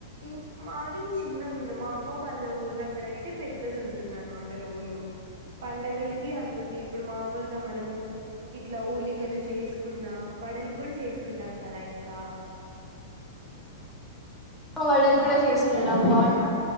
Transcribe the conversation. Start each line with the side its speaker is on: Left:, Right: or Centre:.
Right: ఇం మాది చిన్నగుండు మా అవ్వ వాళ్ళ ఊరు దగ్గర అయితే పెద్దది ఉంటుందన్నమాట రోలు పండగలకి అందుకే ఇప్పుడు మామూలుగా మనము ఇట్లా ఓలి గలు చేసుకున్నా వడలు కూడా చేసుకుంటాం కదా ఇంకా
Centre: వడలు కూడా
Right: అవంతా
Centre: చేసుకుంటాం బాగుం
Right: ఇంకా